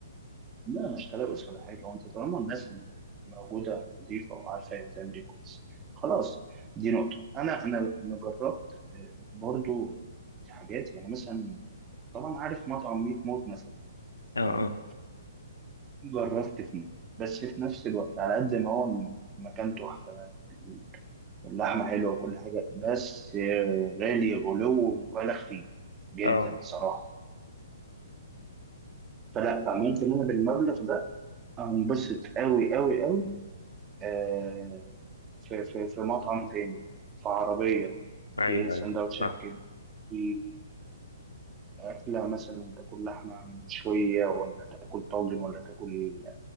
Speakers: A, on the right; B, on the left.
A: لا مش تلوث ولا حاجه وانت طالما الناس اللي موجوده نظيفه وعارفه هي بتعمل ايه كويس خلاص دي نقطه انا انا أنا جربت آه، برضو حاجات يعني مثلا طبعا عارف مطعم ميت موت مثلا
B: اه
A: تمام
B: اه
A: جربت فيه بس في نفس الوقت على قد ما هو مكان تحفه واللحمه حلوه وكل حاجه بس آه، غالي غلو مبالغ فيه جدا
B: اه
A: بصراحه فلا ممكن انا بالمبلغ ده انبسط قوي قوي قوي آه، في في في مطعم تاني في عربية في
B: ايوه
A: سندوتشات
B: ايوه صح
A: كده في آه، أكلة مثلا تاكل لحمة مشوية ولا تاكل طاجن ولا تاكل